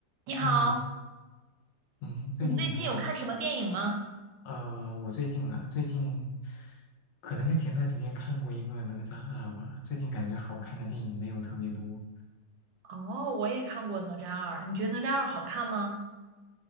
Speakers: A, on the right; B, on the left.
A: 你好，
B: 你好，嗯，最近怎么样？
A: 你最近有看什么电影吗？
B: 呃，我最近啊，最近可能就前段时间看过一个《哪吒二》吧，最近感觉好看的电影没有特别多，
A: 哦，我也看过《哪吒二》，你觉得《哪吒二》好看吗？